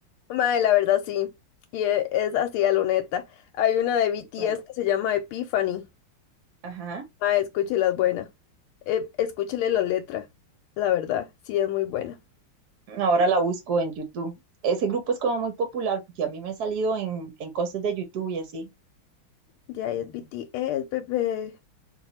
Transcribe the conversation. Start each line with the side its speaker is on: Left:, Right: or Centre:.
Left: Mae, la verdad sí. Y e- es así a lo neta. Hay una de BTS
Right: ¿Cuál?
Left: que se llama Epiphany.
Right: Ajá.
Left: Mae, escúchela, es buena. Eh, escúchele la letra. La verdad, sí es muy buena.
Right: Ahora la busco en YouTube. Ese grupo es como muy popular porque a mí me ha salido en, en cosas de YouTube y así.
Left: Ya es BTS, bebé.